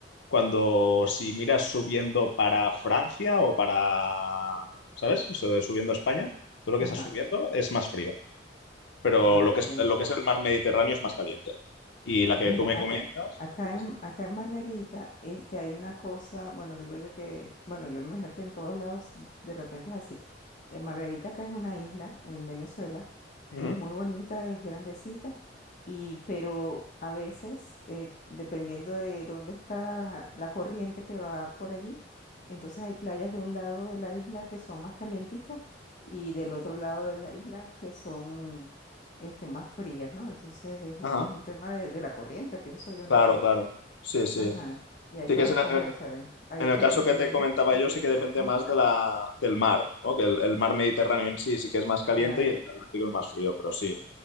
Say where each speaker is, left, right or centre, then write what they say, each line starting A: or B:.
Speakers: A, on the left; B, on the left.
A: cuando si miras subiendo para Francia o para, ¿sabes? Su- Subiendo a España, todo lo
B: Ajá.
A: que estás subiendo es más frío, pero
B: Ah,
A: lo
B: ok.
A: que es, lo que es el mar Mediterráneo es más caliente. Y la que
B: Mira,
A: tú me
B: acá,
A: comentas,
B: acá
A: tienes-
B: en, acá en Margarita, este, hay una cosa, bueno, digo yo que, bueno, yo me imagino que en todos lados de repente es así. Eh, Margarita acá es una isla en Venezuela,
A: Ujú.
B: es muy bonita, es grandecita, y, pero a veces, eh, dependiendo de dónde está la corriente que va por allí, entonces hay playas de un lado de la isla que son más calienticas y del otro lado de la isla que son este, más frías, ¿no? Entonces es, un-
A: Ajá,
B: es un tema de, de la corriente, pienso yo,
A: claro,
B: no sé.
A: claro. Sí, sí.
B: Ajá. Y hay
A: Sí
B: para
A: que es
B: escoger,
A: en el,
B: o sea, eh, hay
A: en el
B: que
A: caso
B: tienen
A: que
B: unos
A: te comentaba
B: sus
A: yo,
B: problemas.
A: sí que depende
B: Ajá,
A: más de la, del mar, ¿no? Que el, el mar Mediterráneo en sí sí que es más caliente
B: claro.
A: y el Atlántico es más frío, pero sí.